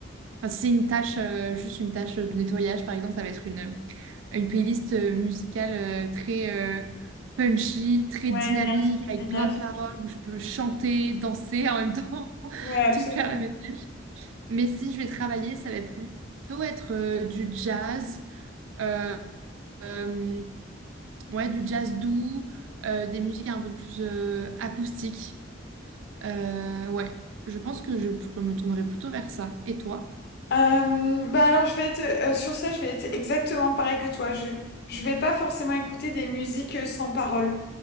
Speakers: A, on the right; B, on the left.
A: enfin, si c'est une tâche, euh, juste une tâche de nettoyage, par exemple, ça va être une... une playlist euh, musicale euh, très euh, punchy, très
B: Ouais,
A: dynamique,
B: éner-
A: avec
B: énergie.
A: plein de paroles où je peux chanter, danser en même temps, <laughs>
B: Ouais, absolument.
A: te faire la ménage. Mais si je vais travailler, ça va plutôt être euh, du jazz, euh, euh, ouais, du jazz doux, euh, des musiques un peu plus euh, acoustiques. Euh, ouais, je pense que je je me tournerai plutôt vers ça. Et toi?
B: Euh, bah alors je vais être euh, sur ça, je vais être exactement pareil que toi. Je je vais pas forcément écouter des musiques euh, sans parole.